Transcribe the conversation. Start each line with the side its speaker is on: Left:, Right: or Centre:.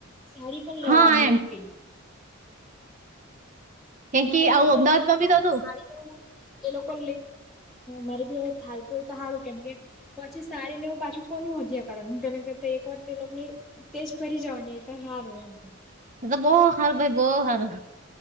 Centre: સાડી પણ લેવાની
Right: હા એમ
Centre: એવું કઈ.
Right: કેમ
Centre: મે
Right: કે આવું અમદાવાદમાં બી તો હતું
Centre: સાડી લે <unintelligible> એ લોકો મારી બી હવે થાલતું હોય તો સારું કેમ કે પછી સારીને હું પાછું. લોકોનું હત્યા કરણ તેને કરતા એક વાર તે લોકોને તેજ ફરી જવાની એ હાર હોય એમ
Right: તો બહુ હારું ભાઈ બો હારું